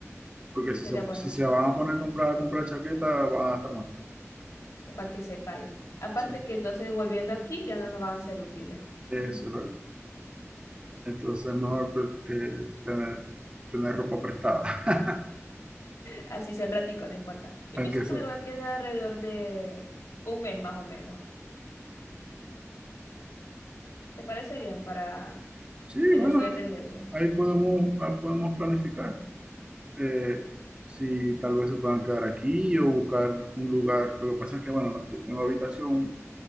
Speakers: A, on the right (about 20°); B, on the left (about 80°).
A: Porque
B: Sí,
A: si
B: sería
A: se,
B: bueno,
A: si se van a poner a comprar, a comprar chaquetas, van a estar más caros.
B: eh, para que sepáis. Aparte
A: Sí,
B: que entonces volviendo aquí ya no nos van a ser útiles. <laughs>
A: eso es verdad. Entonces es mejor pues, eh, tener, tener ropa prestada, <laughs>
B: Así sea un ratico, no importa. Yo
A: aunque
B: pienso
A: eso.
B: que me voy a quedar alrededor de un mes más o menos. ¿Te parece bien para
A: Sí,
B: eh,
A: bueno,
B: los suéteres
A: eh,
B: y eso?
A: ahí podemos, ah, podemos planificar. eh, si tal vez se puedan quedar aquí o buscar un lugar. Lo que pasa es que, bueno, yo tengo habitación,